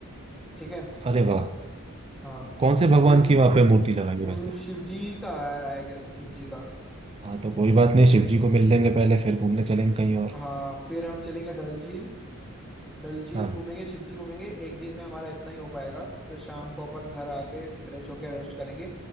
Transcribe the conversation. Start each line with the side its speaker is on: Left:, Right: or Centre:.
Centre: ठीक है
Right: अरे वाह
Centre: हाँ
Right: कौन से भगवान
Centre: फिर
Right: की वहां पे मूर्ति लगाई है
Centre: हम्म,
Right: वैसे
Centre: शिव जी का है आई गेस शिव जी का
Right: हाँ तो कोई बात नहीं शिव जी को मिल लेंगे पहले फिर घूमने चलेंगे कहीं और
Centre: हाँ फिर हम चलेंगे डल झील डल झील
Right: हाँ
Centre: घूमेंगे शिव जी घूमेंगे एक दिन में हमारा इतना ही हो पाएगा फिर शाम को अपन घर आके फ्रेश होके रेस्ट करेंगे